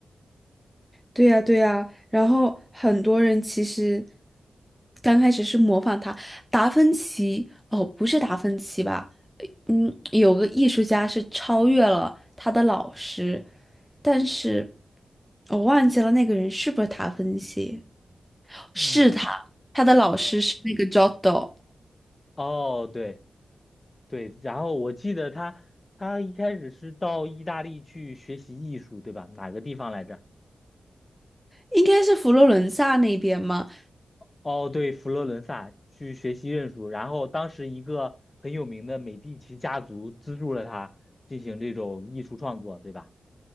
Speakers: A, in the centre; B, on the left (about 35°).
A: 对呀，对呀，然后很多人其实刚开始是模仿他，达芬奇，哦，不是达芬奇吧？嗯，有个艺术家是超越了他的老师，但是我忘记了那个人是不是达芬奇？
B: 嗯，
A: 是他，他的老师是那个
B: 呃，
A: Giotto，
B: 哦，对对，然后我记得他他一开始是到意大利去学习艺术，对吧？哪个地方来着？
A: 应该是佛罗伦萨那边吗？
B: 哦，对，佛罗伦萨去学习认输，然后当时一个很有名的美第奇家族资助了他进行这种艺术创作，对吧？